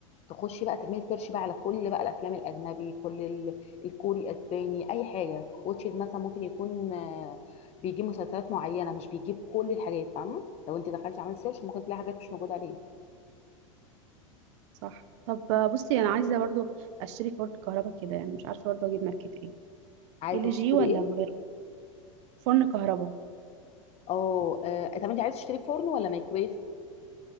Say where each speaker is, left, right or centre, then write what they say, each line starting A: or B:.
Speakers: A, on the left; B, on the right.
A: تخشي بقى تعملي سيرش بقى على كل بقى الافلام الاجنبي كل ال- الكوري اسباني اي حاجه واتشد مثلا ممكن يكون آه، بيجيب مسلسلات معينه مش بيجيب كل الحاجات فاهمه لو انت دخلتي عملت سيرش ممكن تلاقي حاجات مش موجوده عليه
B: صح طب بصي انا عايزه برضو اشتري فرن كهرباء كده يعني مش عارفه برضو اجيب ماركه ايه
A: عايزه
B: ال
A: تشتري
B: جي ولا
A: ايه
B: بغيره فرن كهرباء
A: اه آه، طب انت عايزه تشتري فرن ولا مايكرويف